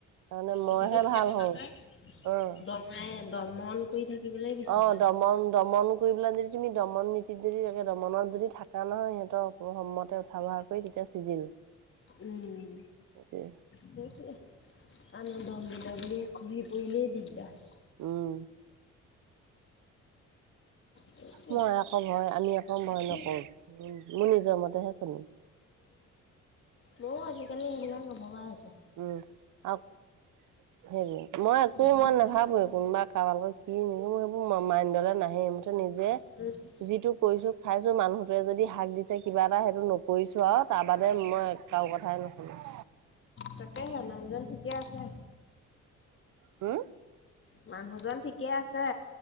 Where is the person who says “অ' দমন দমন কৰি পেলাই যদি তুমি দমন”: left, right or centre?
Right